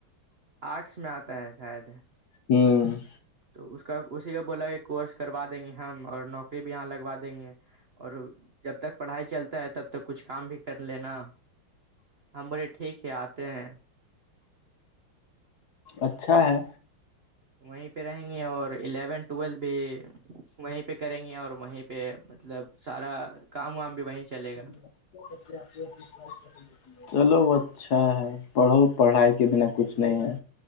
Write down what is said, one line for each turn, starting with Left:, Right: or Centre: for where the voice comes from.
Right: آرٹس میں آتا ہے شاید
Left: ہوں <inaudible>
Right: تو اس کا اسی کا بولا کہ کورس کروا دیں گے ہم اور نوکری بھی یہاں لگوا دیں گے اور جب تک پڑھائی چلتا ہے تب تک کچھ کام بھی کر لینا ہم بولے ٹھیک ہے آتے ہیں
Left: اچھا ہے
Right: وہیں پہ رہیں گے اور الیون ٹویل بھی وہیں پہ کریں گے اور وہیں پہ مطلب سارا کام وام بھی وہیں چلے گا
Left: آپ <inaudible> چلو وہ اچھا ہے پڑھو پڑھائی کے بنا کچھ نہیں ہے